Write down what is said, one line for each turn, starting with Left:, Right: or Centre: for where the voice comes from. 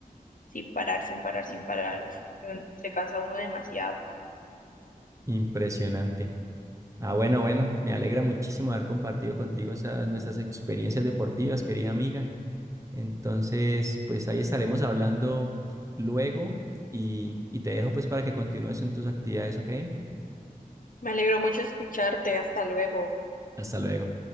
Left: sin parar, sin parar, sin parar. Uf, y uno- se cansa uno demasiado.
Right: Impresionante. Ah, bueno, bueno, me alegra muchísimo haber compartido contigo esas, nuestras experiencias deportivas, querida amiga. Entonces, pues ahí estaremos hablando luego y, y te dejo pues para que continúes en tus actividades, ¿ok?
Left: Me alegró mucho escucharte. Hasta luego.
Right: Hasta luego.